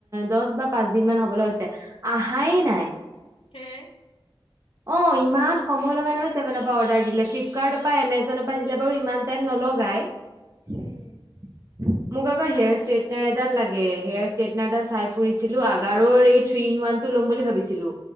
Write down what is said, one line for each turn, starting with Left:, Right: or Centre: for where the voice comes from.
Right: দহ বা পাঁচ দিন মান হবলৈ হৈছে আহাই নাই
Left: হে
Right: অ ইমান সময় লগাই নহয় চেভেনৰ পৰা অৰ্ডাৰ দিলে ফ্লিপকাৰ্টৰ পৰা এমেজনৰ পৰা দিলে বাৰু ইমান টাইম নলগাই। মোক
Left: উম মোৰতো
Right: আকৌ হেয়াৰ
Left: চাহ বনা
Right: ষ্ট্ৰেটনাৰ এডাল লাগে। হেয়াৰ ষ্ট্ৰেইটনাৰডাল চাই ফুৰিছিলো আগাৰৰ এই থ্ৰী ৱান টো ল'ম বুলি ভাবিছিলো।